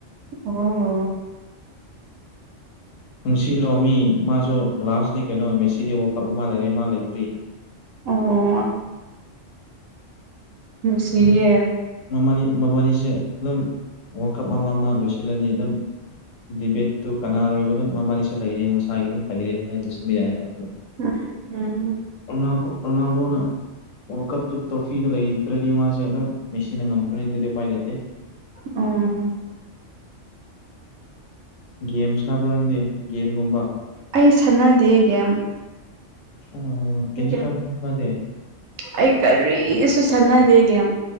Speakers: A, on the right (about 85°); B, on the left (about 80°).
A: ꯑꯣ
B: ꯅꯨꯡꯁꯤꯗ꯭ꯔꯣ ꯃꯤ ꯃꯥꯁꯨ ꯂꯥꯁꯅꯤ ꯀꯩꯅꯣ ꯃꯦꯁꯤꯗꯤ ꯋꯥꯜꯀꯞ ꯑꯃ ꯂꯩꯔꯦ ꯃꯥ ꯂꯩꯇ꯭ꯔꯤ
A: ꯑꯣ ꯅꯨꯡꯁꯤꯌꯦ
B: ꯃꯃꯥꯅꯤ ꯃꯕꯥꯅꯤꯁꯦ ꯑꯗꯨꯝ ꯋꯥꯜꯀꯞ ꯑꯃ ꯑꯃ ꯂꯣꯏꯁꯤꯜꯂꯗꯤ ꯑꯗꯨꯝ ꯗꯤꯕꯦꯠꯇꯨ ꯀꯅꯥꯔꯣꯏꯕ ꯑꯗꯨꯝ ꯃꯕꯥꯅꯤꯁ ꯂꯩꯔꯦ ꯃꯁꯥꯒꯤ ꯑꯗꯨꯝ ꯍꯩꯔꯦꯅ ꯍꯥꯏꯅ ꯂꯤꯁꯤꯟꯕ ꯌꯥꯏꯑꯕ ꯑꯣ
A: ꯎꯝ ꯎꯝ
B: ꯔꫭꯅꯥꯜ ꯔꫭꯅꯥꯜꯗꫭꯅꯥ ꯋꯥꯔꯜꯀꯞꯀꯤ ꯊꯔꫭꯐꯤꯗꫭ ꯂꯩꯇ꯭ꯔꯥꯗꯤ ꯃꯥꯁꯦ ꯑꯗꯨꯝ ꯃꯦꯁꯤꯅ ꯉꯝꯈ꯭ꯔꯅꯤ ꯑꯗꯨꯗꯤ ꯎꯄꯥꯏ ꯂꯩꯇꯦ
A: ꯎꯝ
B: ꯒꯦꯝꯁ ꯁꯥꯟꯅꯕ꯭ꯔꯣ ꯅꯪꯗꯤ ꯒꯦꯝꯒꯨꯝꯕ
A: ꯑꯩ ꯁꯥꯟꯅꯗꯦ ꯒꯦꯝ
B: <unintelligible>
A: ꯒꯦꯝ
B: ꯅꯠꯇꯦ
A: ꯑꯩ ꯀꯔꯤꯁꯨ ꯁꯥꯟꯅꯗꯦ ꯒꯦꯝ